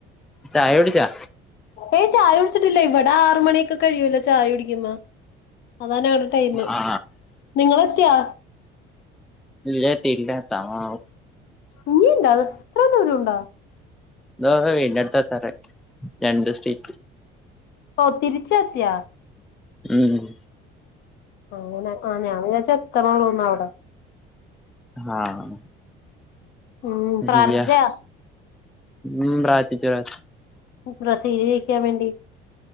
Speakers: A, in the centre; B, on the left (about 55°).
A: ചായകുടിച്ചോ
B: ഏയ് ചായ കുടിച്ചിട്ടില്ലെ ഇവിടെ ആറ് മണിയൊക്കെ കഴിയൂല്ലോ ചായ കുടിക്കുമ്പ അതാന ഞങ്ങടെ ടൈമ്
A: ആ
B: നിങ്ങളെത്തിയോ
A: ഇല്ല്യ എത്തീട്ടില്യ എത്താൻ പോണു
B: ഇഞ്ഞിണ്ടോ അത് ഇത്ര ദൂരം ഉണ്ടോ
A: തോഹ് വീടിന്റെട്ത്ത് എത്താറായി രണ്ട് സ്ടീറ്റ്
B: ഓ തിരിച്ചെത്തിയോ
A: ഉം
B: അങ്ങനെ ആഹ് ഞാൻ വിചാച്ച് എത്തണോള്ളൂന്ന് അവിടെ
A: ആഹ്
B: ഉം പ്രാർത്ഥിച്ചാ
A: ഇയ്യ ഉം പ്രാർത്ഥിച്ചൂടാ
B: ബ്രസീല് ജയിക്കാൻ വേണ്ടി